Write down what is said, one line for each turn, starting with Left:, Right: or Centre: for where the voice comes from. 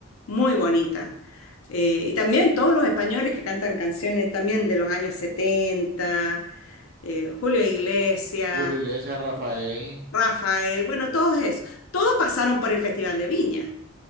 Left: muy bonitas. Eh, y también todos los españoles que cantan canciones también de los años 70 eh, Julio Iglesias,
Right: Julio Iglesias, Rafael.
Left: Rafael, bueno, todos esos. Todos pasaron por el Festival de Viña.